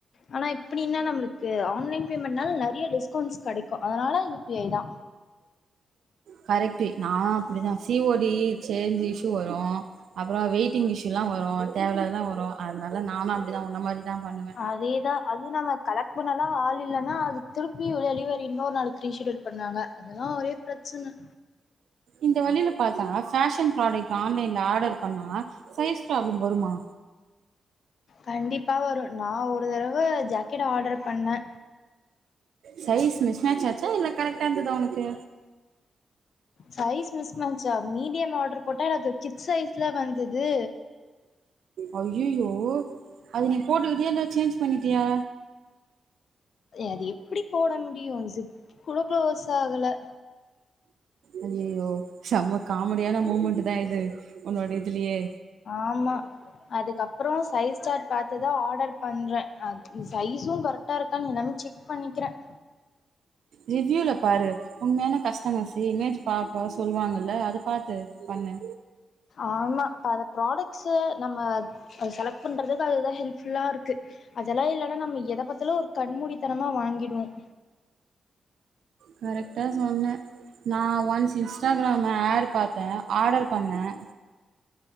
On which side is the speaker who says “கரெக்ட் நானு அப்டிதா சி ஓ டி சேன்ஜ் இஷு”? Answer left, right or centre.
Right